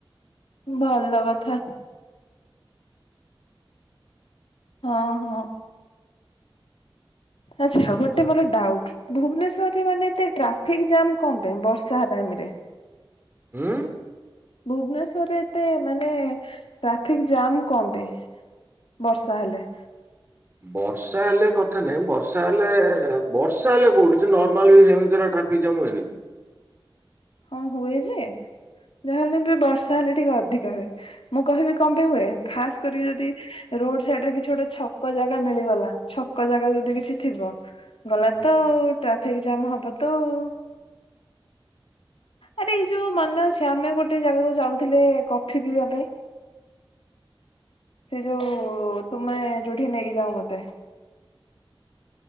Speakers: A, on the left; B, on the right.
A: ଭଲ କଥା। ହଁ ହଁ। ଆଛା ଗୋଟେ ମୋର ଡାଉଟ ଭୁବନେଶ୍ଵର ରେ ମାନେ ଏ ଟ୍ରାଫିକ ଜାମ କଁ ପାଇଁ ବର୍ଷା। ତାହା ଟାଇମ ରେ।
B: ହୁଁ
A: ଭୁବନେଶ୍ଵର ରେ ଏତେ ମାନେ। ଟ୍ରାଫିକ ଜାମ୍ କଣ ପାଇଁ ବର୍ଷା ହେଲେ?
B: ବର୍ଷା ହେଲେ କଥା ନାହିଁ ବର୍ଷା ହେଲେ ବର୍ଷା ହେଲେ କୋଉଠି ଯେ ନର୍ମାଲ ବି ସେମିତିରେ ଟ୍ରା ଫିକ ଜାମ୍ ହୁଏନି
A: ହଁ ହୁଏ ଯେ ଯାହେଲେ ବି ବର୍ଷା ହେଲେ ଟିକେ ଅଧିକା ହୁଏ ମୁଁ କହିବି କମ୍ପାଇ ହୁଏ ଖାସ କରିକି ଯଦି ରୋଡ଼ ସାଇଡ଼ ରେ କିଛି ଗୋଟେ ଛକ ଜାଗା ମିଳିଗଲା ଛକ ଜାଗା ଯଦି କିଛି ଥିବ ଗଲା
B: ହୁଁ
A: ତ ଆଉ ଟ୍ରାଫିକ ଜାମ୍ ହବ ତ ଆଉ। ଆରେ ଏଇ ଯୋଉ ମନେ ଅଛି ଆମେ ଗୋଟେ ଜାଗାକୁ ଯାଉଥିଲେ କଫି ପିଇବା ପାଇଁ? ସେଇ ଯୋଉ ତୁମେ ଯୋଉଠିକି ନେଇକି ଯାଅ ମତେ।